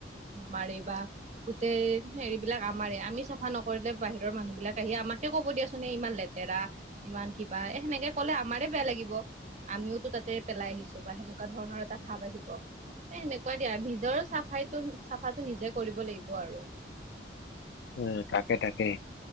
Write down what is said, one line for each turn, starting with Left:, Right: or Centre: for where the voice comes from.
Right: মাৰিবা। গোটেই হেৰিবিলাক আমাৰে আমি চাফা নকৰিলে বাহিৰৰ মানুহ বিলাক আহি আমাকে ক'ব দিয়াচোননেে ইমান লেট তেৰা ইমান কিবা এ সেনেকে কলে আমাৰে বেয়া লাগিব আমিওতো তাতে পেলাই আহিছোঁ। বা সেনেকুৱা ধৰণৰ এটা ভাব আহিব। এ সেনেকুৱা দিয়া আৰু নিজৰ চাফাইো চাফাটো নিজে কৰিব লাগিব আৰু।
Left: উম তাকে, তাকে।